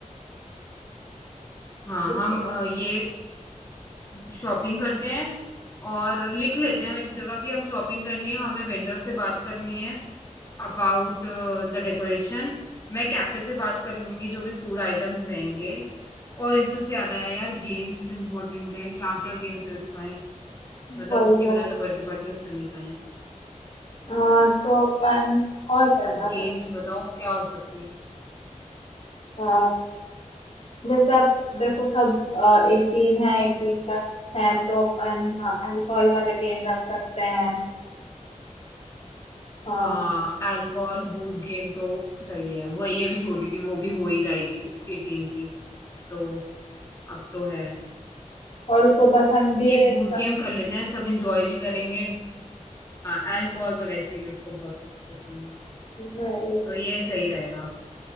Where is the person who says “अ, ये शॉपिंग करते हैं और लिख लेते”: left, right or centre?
Left